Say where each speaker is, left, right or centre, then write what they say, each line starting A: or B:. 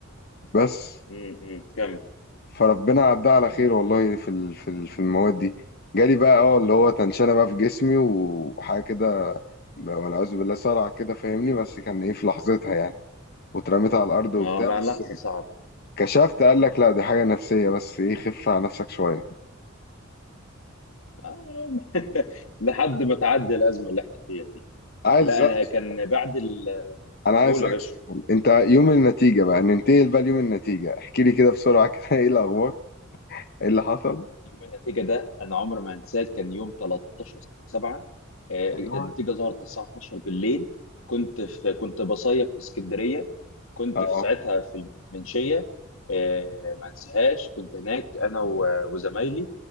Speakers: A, on the left; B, on the left.
A: بس
B: امم كم
A: فربنا عدها على خير والله في ال- في ال- في المواد دي جالي بقى اه اللي هو تنشنة بقى في جسمي وحاجة كده والعياذ بالله صرع كده فاهمني بس كان ايه في لحظتها يعني واترميت على الأرض وبتاع
B: اه لا
A: بس
B: لحظه صعبه
A: كشفت قال لك لا دي حاجة نفسية بس ايه خف على نفسك شوية
B: آه، <laughs> لحد ما تعدي الازمه اللي احنا فيها دي
A: عايز
B: لا
A: أسألك
B: انا
A: سؤال-
B: كان بعد الاول
A: أنا عايز
B: يا
A: أسألك
B: باشا
A: سؤال انت يوم النتيجة بقى ننتقل بقى ليوم النتيجة احكي لي كده بسرعة كده <laughs> ايه الأخبار ايه اللي حصل
B: يوم النتيجه ده انا عمري ما هنساه كان يوم 13 7 آه،
A: ايوه
B: النتيجه ظهرت الساعه 12 بالليل كنت في كنت بصيف في اسكندريه كنت
A: اه
B: في ساعتها في المنشيه آه، ما انساهاش كنت هناك انا و- وزمايلي